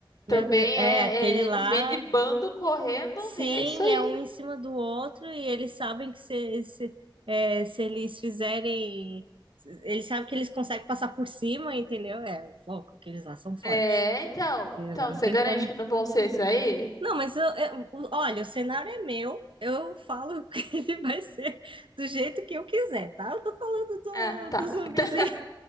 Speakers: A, on the left (about 45°); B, on the right (about 80°).
A: Também
B: Meu Deus, é
A: é,
B: aquele
A: é-
B: lá.
A: eles vêm de bando correndo
B: Sim,
A: e é isso aí.
B: é um em cima do outro e eles sabem que se, se, é, se eles fizerem. Eles sabem que eles conseguem passar por cima, entendeu? É louco, que eles lá são fortes.
A: É, então,
B: Eles
A: então
B: lá não
A: você
B: tem
A: garante
B: como.
A: que não vão ser isso aí?
B: Não, mas eu, eu- o- olha, o cenário é meu, eu falo <laughs> que ele vai ser do jeito que eu quiser, tá? Eu tô falando do,
A: Ah, tá.
B: do zumbizinho.
A: Então,